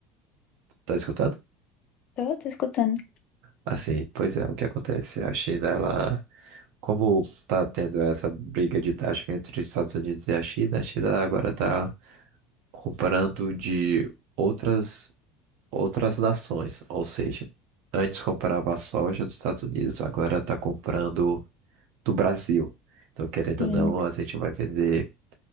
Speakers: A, on the right (about 70°); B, on the left (about 50°).
A: Tá escutando?
B: Eu tô escutando,
A: Assim, pois é, o que acontece? A China, ela... Como tá tendo essa briga de taxa entre os Estados Unidos e a China, a China agora tá comprando de outras outras nações. Ou seja, antes comprava a soja dos Estados Unidos, agora está comprando do Brasil. Então, querendo
B: sim,
A: ou não, a gente vai vender